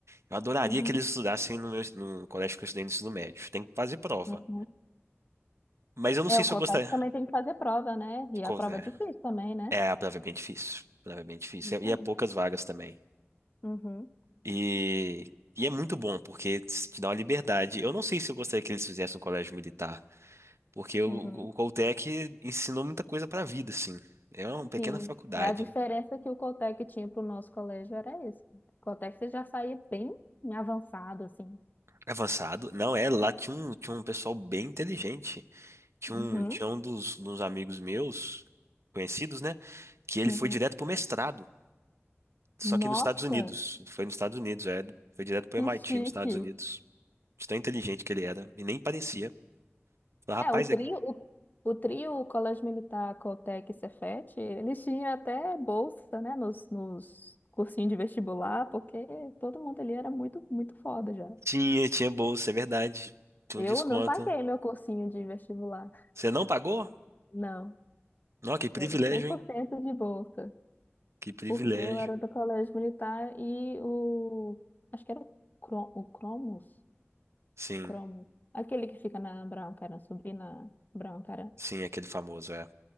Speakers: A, on the right; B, on the left.
A: Eu adoraria
B: Uhum,
A: que eles estudassem no, meu, no colégio que eu estudei no ensino médio. Tem que fazer prova.
B: uhum.
A: Mas eu não
B: É,
A: sei
B: o
A: se
B: COTAC
A: eu gostaria.
B: também tem que fazer prova, né? E
A: Co-
B: a prova
A: É,
B: é difícil também, né?
A: É, a prova é bem difícil. A prova é bem difícil.
B: Isso
A: E
B: aí.
A: é poucas vagas também.
B: Uhum,
A: E, e é muito bom, porque te dá uma liberdade. Eu não sei se eu gostaria que eles fizessem um colégio militar, porque o,
B: uhum.
A: o Coltec ensinou muita coisa pra vida, assim. É uma pequena
B: Sim,
A: faculdade.
B: a diferença que o Coltec tinha para o nosso colégio era isso. O Coltec você já saía bem avançado, assim.
A: Avançado. Não, é, lá tinha um, tinha um pessoal bem inteligente. Tinha
B: Uhum,
A: um, tinha um dos, dos amigos meus, conhecidos, né? Que ele
B: uhum.
A: foi direto pro mestrado, só que
B: Nossa,
A: nos Estados Unidos. Foi nos Estados Unidos, é. Ele foi direto pro
B: que
A: MIT
B: chique.
A: nos Estados Unidos. De tão inteligente que ele era. E nem parecia. Falei, rapaz,
B: É, o trio,
A: é... que-
B: o, o trio Colégio Militar, Coltec e Cefet, eles tinham até bolsa, né, nos, nos cursinhos de vestibular, porque todo mundo ali era muito, muito foda já.
A: tinha, tinha bolsa, é verdade. Tinha
B: Eu
A: um desconto.
B: não paguei meu cursinho de vestibular,
A: Você não pagou?
B: não.
A: Não, que privilégio,
B: Eu era 100%
A: hein?
B: de bolsa,
A: Que privilégio.
B: porque eu era do Colégio Militar e o... Acho que era o, Cro, o Cromos,
A: Sim,
B: Cromos, aquele que fica na Brown, cara, subir na Brown, cara.
A: sim, aquele famoso, é.